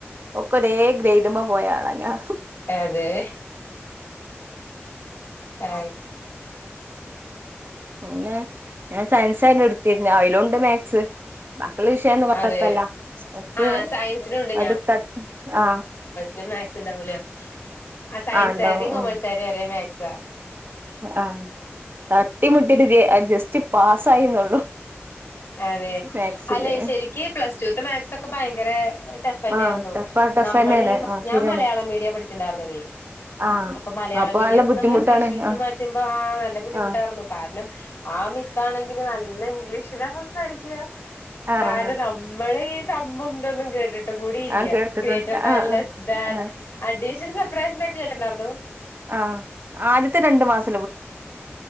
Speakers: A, on the right; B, on the left.
A: ഒക്ക ഒരേ ഗ്രൈഡ്മ പോയാളാ ഞാ
B: അതെ ആ
A: പിന്നെ ഞാൻ സയൻസായിരുന്നു എടുത്തിരുന്ന അയ്ലുണ്ട് മാത്സ് ബാക്കിയുള്ള വിഷയൊന്നും കുഴപ്പല്ല
B: അതെ
A: അത്
B: ആഹ് സയൻസിനുണ്ട്
A: അത് ക ആ
B: ലെ മാത് ത്‌ന്താവൂല്ലാ ആ സയൻസാര്ടേയും
A: ആഹ് ഉണ്ടാവും
B: കേമേഴ്സാര്ടേയും
A: ഉം
B: ഒരേ മേ സ ആ
A: ആഹ് തട്ടിമുട്ടിട്ട് ജസ്റ്റ് പാസ്സായിന്നൊള്ളു
B: അതെ
A: മാക്സില്
B: അല്ലെ ശരിക്ക് പ്ലസ് ടുത്തെ മാത്സ് ഒക്കെ ഭയങ്കര ടഫ് അന്നെർന്നു
A: ആഹ് ടഫാ ടഫന്നെയാണ്
B: നമ്മളീ മ
A: ആഹ്
B: ഞാൻ
A: ശരിയാണ്
B: മലയാള മീഡിയാ പഠിച്ച്ണ്ടാർന്നതേ
A: ആഹ്
B: അപ്പൊ മലയാള മീഡിയത്തി
A: നല്ല ബുദ്ധിമുട്ടാണ്
B: നമ്മൾ ഇ ഷീക്ക്
A: ആഹ്
B: മാറ്റുമ്പ ആ നല്ല ബുദ്ധിുട്ടാർന്നു
A: ആഹ്
B: കാരണം ആമിസ്സാണെങ്കില് നല്ല ഇംഗ്ലീഷിലാ സം സാരിക്ക
A: ആഹ്
B: കാരണം
A: ആഹ്
B: നമ്മളീ സമ്മെന്തന്നും കേട്ട ട്ട ട്ടുംകൂടിയില്ല
A: ആഹ് കേട്ടിട്ടുണ്ട്
B: ഗ്രേറ്റർ ദാൻ
A: ആഹ് ആഹ്
B: ലെസ് ദാൻ
A: ആഹ്
B: അഡീഷൻ സപ്പറേഷൻ ന്നൊക്കെ കേട്ടണ്ടാർന്നു
A: ആ ആദ്യത്തെ രണ്ടു മാസം